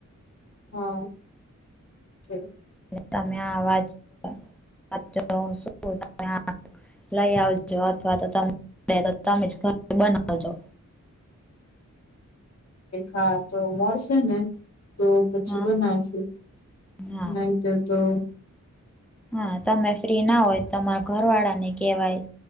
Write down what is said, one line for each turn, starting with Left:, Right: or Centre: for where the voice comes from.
Left: હા છે.
Centre: તમે અવાજ વા શ ત <unintelligible> લઈ આવજો અથવા તો તમે તો તમે જ ઘરે બનાવજો
Left: હા તો મળશે ને તો પછી
Centre: હા
Left: બનાવશું
Centre: હા
Left: નહી તો તો
Centre: હા તમે ફ્રી ના હોય તમારા ઘર વાળા ને કેવાય